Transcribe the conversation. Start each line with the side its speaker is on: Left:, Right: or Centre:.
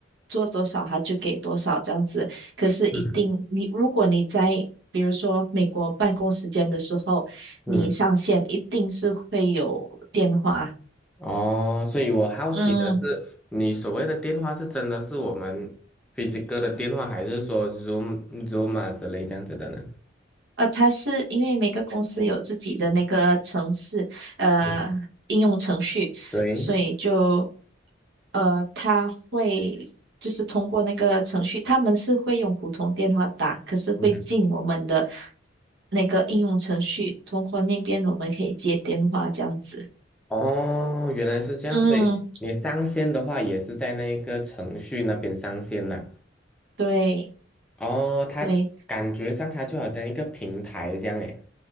Right: 做多少，他就给多少这样子，可是一定你如果你在比如说美国办公时间的时候，
Centre: 嗯
Right: 你上线一定是会有电话。
Centre: 嗯，哦，所以我好奇的是，
Right: 嗯，
Centre: 你所谓的电话是真的是我们飞机哥的电话，还是说 Zoom、Zoom 啊之类这样子的呢？
Right: 呃，他是因为每个公司有自己的那个程式，呃，
Centre: 嗯
Right: 应用程序，
Centre: 对，
Right: 所以就。呃，他会就是通过那个程序，他们是会用普通电话打，可是会进我们的
Centre: 嗯，嗯
Right: 那个应用程序，通过那边我们可以接电话这样子。
Centre: 哦，原来是这样，
Right: 嗯，
Centre: 所以你上线的话也是在那个程序那边上线啦。
Right: 对
Centre: 哦，它感觉上它就好像一个平台这样诶。
Right: 对，